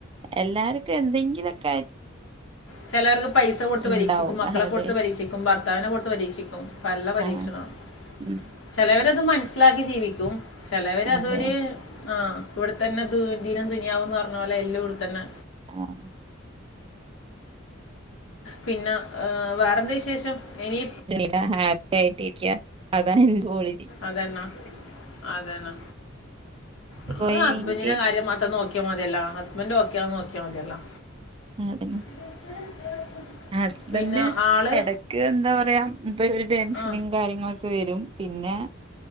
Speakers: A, on the right; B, on the left.
A: എല്ലാർക്കും എന്തെങ്കിലോക്കെ
B: ചെലർക്ക് പൈസ കൊടുത്ത്
A: ഇണ്ടാവും
B: പരീക്ഷിക്കും മക്കളെ
A: അതെ
B: കൊടുത്ത് പരീക്ഷിക്കും ഭർത്താവിനെ കൊടുത്ത് പരീക്ഷിക്കും പല്ല പരീക്ഷണം
A: ആഹ് ഉം
B: ചെലവരത് മനസ്സിലാക്കി ജീവിക്കും ചെലവരതൊരു
A: അതെ
B: ആഹ് ഇവിടെത്തന്നെ ദ ദിനം ദുനയാവുംന്ന് പറഞ്ഞ പോലെ എല്ലാം ഇവിടെത്തന്നെ
A: ആഹ്
B: പിന്നെ വേറെന്താ വിശേഷം എനി
A: എ ഹാപ്പി ആയിട്ടിരിക്ക അതാ എനിക്ക് ളിതി
B: അതന്നാ അതന്നാ നമ്മള്
A: പോയിന്റ്
B: ഹസ്ബന്റീ ന്റെ കാര്യം മാത്ര മ നോക്ക്യ മതിയല്ല ഹസ്ബൻഡ് ഒക്കെആന്ന് നോക്ക്യ മതിയല്ലോ
A: ആഹ് അതെ
B: <inaudible>
A: ഹസ്ബന്റ്
B: പിന്നെ ആള്
A: എടക്ക് എന്താ പറയാ ഇപ്പൊ ഇര് ടെൻഷനും
B: ആ
A: കാര്യങ്ങളൊക്കെ വരും പിന്നെ